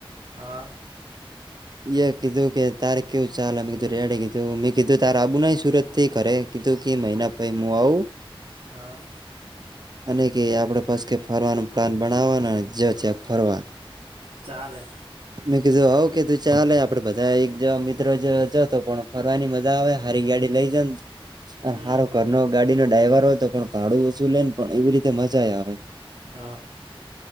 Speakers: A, on the right; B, on the right.
A: હા.
B: એ કીધું કે તારે કેવું ચાલે મે કીધું રેડે કીધું મેં કીધું તારે આબુ નઈ સુરત થી ઘરે કીધું કે મહિના પહેલાં મે આવું.
A: હા.
B: અને કે આપણેે બસ કે ફરવાનું પ્લાન બનાવવાનું જ છે ફરવા.
A: ચાલે.
B: મેં કીધું હ કે તું ચાલે. આપડે બધા એક જવા મિત્રો જ તો કો ફરવાની મજા આવે હારી ગાડી રિલેજન
A: હમ
B: હારુ, ઘરનો ગાડીનો ડ્રાઈવર હોય, તો પણ ભાડું ઓછું લે ને પણ એવી રીતે મજા આવે.
A: હા.